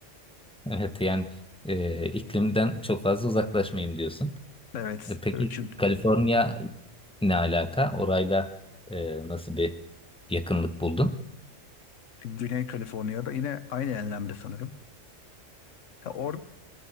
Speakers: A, in the centre; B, on the left.
A: Evet yani e, iklimden çok fazla uzaklaşmayayım diyorsun.
B: Evet,
A: E, peki
B: evet. Çünkü
A: Kaliforniya ne alaka? Orayla e, nasıl bir yakınlık buldun?
B: Güney Kaliforniya'da yine aynı enlemde sanırım. Ya or,